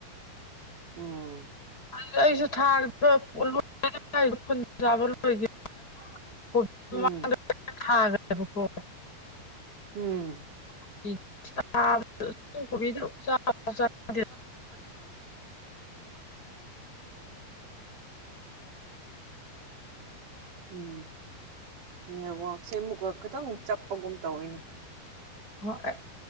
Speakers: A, on the right; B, on the left.
A: ꯑꯣ
B: ꯑꯗꯨ ꯑꯩꯁꯨ ꯊꯥꯗꯕꯣ <unintelligible> ꯆꯥꯕ ꯂꯣꯏꯗꯦ ꯀꯣꯕꯤ
A: ꯎꯝ
B: ꯃꯃꯥꯡꯗ ꯊꯥꯒꯔꯦꯕꯥꯀꯣ
A: ꯎꯝ
B: <unintelligible>
A: <unintelligible> ꯎꯝ ꯅꯦꯠꯋꯥꯛꯁꯦ ꯑꯃꯨꯛꯀ ꯈꯤꯇꯪ ꯆꯞꯄꯒꯨꯝ ꯇꯧꯏꯅꯦ
B: ꯍꯣꯏ